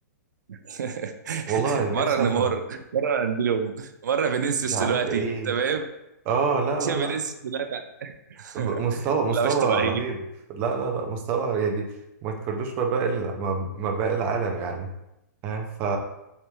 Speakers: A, on the right (about 90°); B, on the right (about 20°).
A: <laughs>
B: والله نفسي
A: مره نيمار
B: افهم
A: مره رونالدينهم مره فينيسيوس
B: مش عارف
A: دلوقتي
B: ايه
A: تمام
B: اه لا
A: شايف
B: لا لا
A: فينيسيوس دلوقتي
B: ب-
A: <laughs>
B: مستوى مستوى
A: لا مش طبيعي
B: رهيب لا لا لا مستوى يعني ما تقارنوش ما باقي ال- ما ما باقي العالم يعني فاهم ف